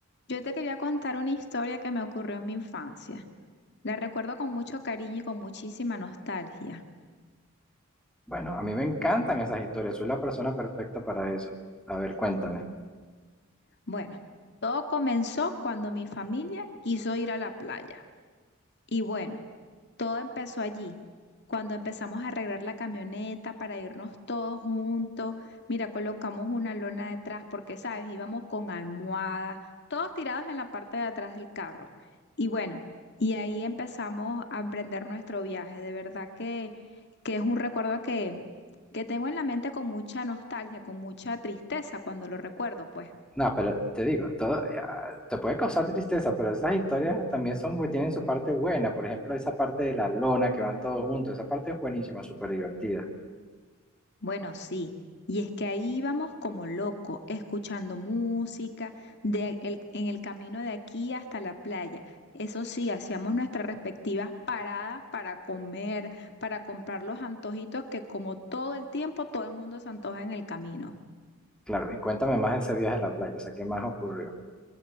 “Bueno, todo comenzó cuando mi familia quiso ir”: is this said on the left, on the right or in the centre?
Left